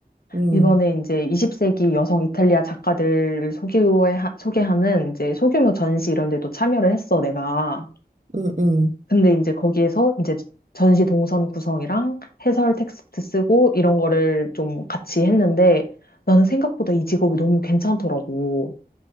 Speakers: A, on the right; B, on the left.
A: 음,
B: 이번에 이제 20세기 여성 이탈리아 작가들을 소개해, 소개하는 이제 소규모 전시 이런 데도 참여를 했어, 내가.
A: 음, 음.
B: 근데 이제 거기에서 이제 전시 동선 구성이랑 해설 텍스트 쓰고 이런 거를 좀 같이 했는데 나는 생각보다 이 직업이 너무 괜찮더라고.